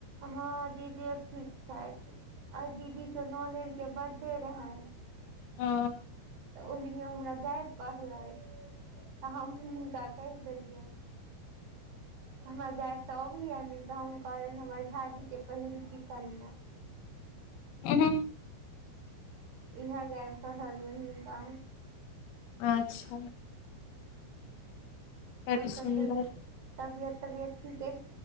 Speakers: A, on the right; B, on the left.
A: हँ दीदियो ठीक छै, आर दीदी के नान के बर्थडे रहै।
B: ओ।
A: तऽ ओहि मे हमरा गायर पढ़लै, हम हू हुनका कहि देलियनि। हमर दैट तऽ अबैय नहि तऽ हम कहलनि हमर झाजीके पहिरू कि कन
B: उ हूँ
A: इएह जाय पढ़लियनि हुनका।
B: अच्छा। बड
A: और सभ
B: सुन्दर
A: कहिये, तबियत तबियत ठीके